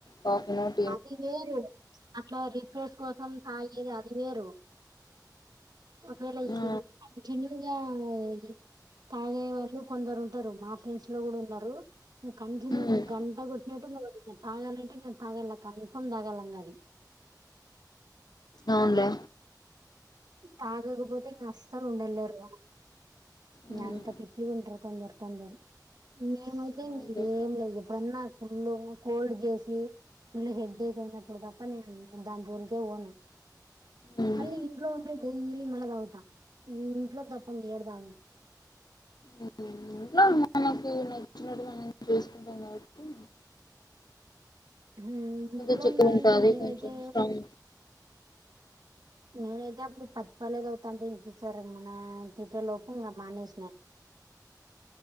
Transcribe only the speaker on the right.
అది వేరు అట్లా రిఫ్రెష్ కోసం తాగేది అది వేరు ఒకరెళ్ళీ
జన్యూన్ గ తాగే వాళ్ళు కొందరు ఉంటారు మా ఫ్రెండ్స్ లో కూడా ఉన్నారు ఇగ కంటిన్యూ
గంట కొట్టినట్టు <inaudible> తాగాలంటే నేను తాగల్ల కన్ఫామ్ తాగల్లన్నది
తాగకపోతే ఇంగ అస్సలు ఉండలేరు
అంత పిచ్చిగా ఉంటారు కొందరు కొందరు మేమైతే ఏం
రూమ్లో ఎప్పుడన్నా ఫుల్ కోడ్ చేసి ఫుల్ హెడ్డేక్ అయినప్పుడు తప్ప నేను దాని జోలికే పోను
మళ్ళీ ఇంట్లో ఉంటే డైలీ మళ్ళాదాగుతా ఈ ఇంట్లో తప్ప ఏడతాగను
మ్మ్ ఇంట్లో
ఉన్నాననుకో
నేనైతే
నేనైతే అప్పుడు పచ్చిపాలే తాగుతాంటి <inaudible> మన తిట్టే లోపు ఇంగ మానేసినా